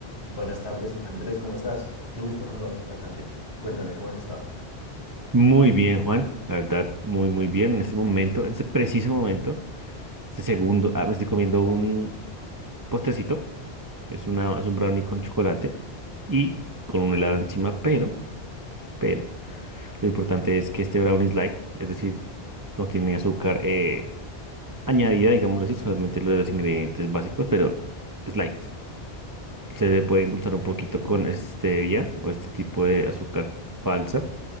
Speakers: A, on the left (about 75°); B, on the right (about 30°).
A: Buenas tardes, Andrés, ¿cómo estás? Qué gusto saludarte esta tarde. Cuéntame, ¿cómo has estado?
B: Muy bien, Juan. La verdad, muy, muy bien. En este momento, en este preciso momento, este segundo, ah, me estoy comiendo un postrecito. Es una, es un brownie con chocolate y con un helado encima, pero, pero, lo importante es que este brownie es light, es decir, no tiene azúcar eh, añadida, digámoslo así, solamente lo de los ingredientes básicos, pero es light. Se le puede endulzar un
A: ¿Qué?
B: poquito con stevia o este tipo de azúcar falsa,